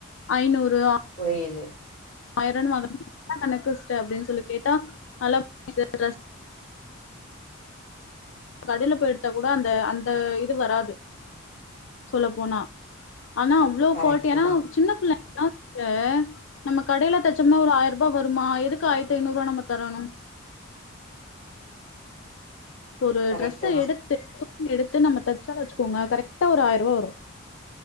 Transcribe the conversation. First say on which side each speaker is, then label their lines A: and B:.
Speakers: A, on the left; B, on the left.
A: ஐநூறு ஆ
B: புயுது
A: ஆயிரனு வாங்க <unintelligible> என்ன கணக்கு சிஸ்ட அப்படின் சொல்லி கேட்டா நல்லா <unintelligible> கடைல போயி எடுத்தா கூட அந்த அந்த இது வராது சொல்லப்போனா ஆனா இவ்ளோ
B: கரெக்ட்டு
A: குவாலிட்டியானா
B: தா
A: சின்ன புள்ள <unintelligible> அ நம்ம கடையில த சம்னா ஒரு ஆயிரூபா வருமா எதுக்கு ஆயிரத்து ஐநூரூவா நம்ம தரணு ஒரு
B: கரெக்ட்டு
A: டிரெஸ்ஸ
B: தா
A: எடுத்து <unintelligible> எடுத்து நம்ம தைச்சனு வச்சுக்கோங்க கரெக்டா ஒரு ஆயருவா வரு